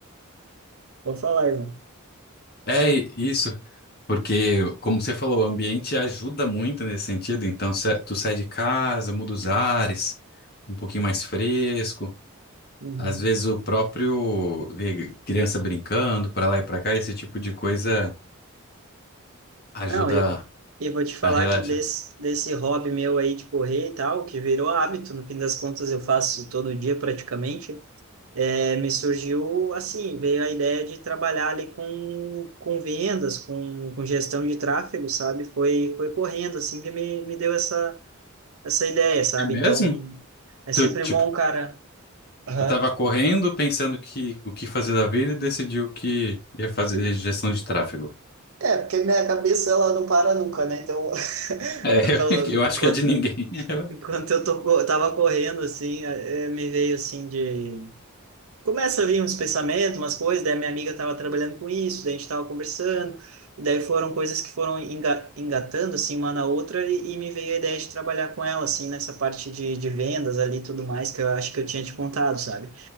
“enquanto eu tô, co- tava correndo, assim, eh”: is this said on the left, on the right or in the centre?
Right